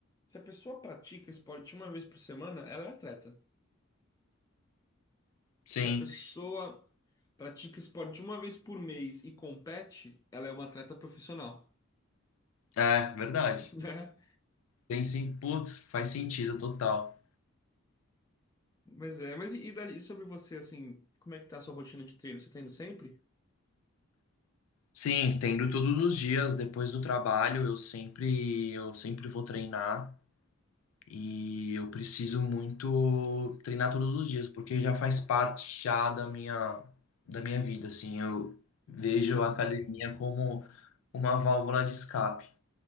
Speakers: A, on the left (about 15°); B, on the left (about 75°).
A: Se a pessoa pratica esporte uma vez por semana, ela é atleta.
B: sim,
A: Se a pessoa pratica esporte uma vez por mês e compete, ela é uma atleta profissional,
B: é verdade.
A: <laughs> né?
B: Tem sim, putz, faz sentido total.
A: Mas é, mas e, e daí- e sobre você, assim, como é que tá a sua rotina de treino? Você tá indo sempre?
B: Sim, tendo todos os dias depois do trabalho, eu sempre eu sempre vou treinar. E eu preciso muito treinar todos os dias, porque já faz parte já da minha, da minha vida, assim. Eu vejo
A: No seu,
B: a academia como uma válvula de escape.